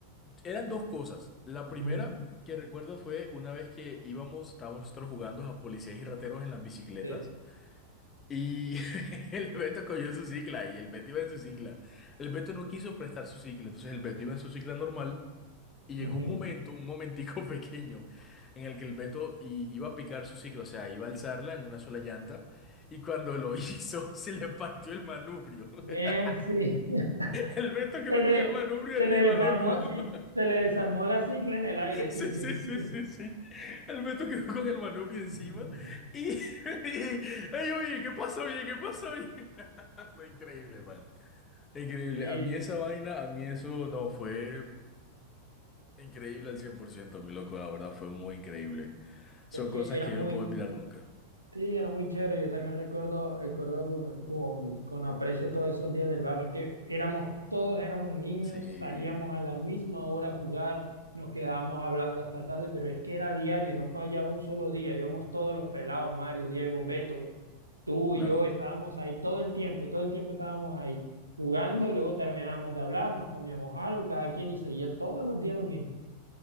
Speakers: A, on the left; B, on the right.
A: Eran dos cosas. La primera
B: ujú,
A: que recuerdo fue una vez que íbamos, estábamos nosotros jugando a policías y rateros en las bicicletas
B: Sí.
A: y <laughs> el Beto cogió su cicla y el Beto iba en su cicla. El Beto no quiso prestar su cicla, entonces el Beto iba en su cicla normal y llegó
B: ujú.
A: un momento, un momentico <laughs> pequeño en el que el Beto i- iba a picar su cicla, o sea, iba a alzarla en una sola llanta y cuando lo hizo <laughs> se le partió el manubrio. <laughs>
B: Eh, sí. <laughs>
A: El Beto quedó
B: Se le,
A: con el manubrio
B: se
A: arriba,
B: le desarmó,
A: loco.
B: sí,
A: <laughs>
B: se le desarmó la cicla en el aire,
A: Sí,
B: sí, sí,
A: sí, sí,
B: sí.
A: sí, sí. El Beto quedó con el manubrio encima
B: <laughs>
A: y, <laughs> y- ey, oye, ¿qué pasó bien? ¿Qué pasó bien? <laughs> No, increíble, man. Increíble.
B: Sí,
A: A mí esa vaina, a mí eso no fue increíble al 100% mi loco. La verdad fue muy increíble. Son
B: es que
A: cosas
B: era
A: que
B: muy,
A: yo no puedo olvidar nunca.
B: Sí, era muy chévere. Yo también recuerdo, recuerdo con, con, con aprecio todos esos días del barrio. Es que éramos, todos éramos niños,
A: Sí,
B: salíamos a la misma hora a jugar, nos quedábamos hablando hasta tarde, pero es que era diario, no fallaba un solo día. Íbamos todos los pelados, Mario, Diego, Beto, tú
A: claro.
B: y yo, estábamos ahí todo el tiempo, todo el tiempo estábamos ahí jugando y luego terminábamos de hablar, nos comíamos algo, cada quien y seguía todos los días lo mismo.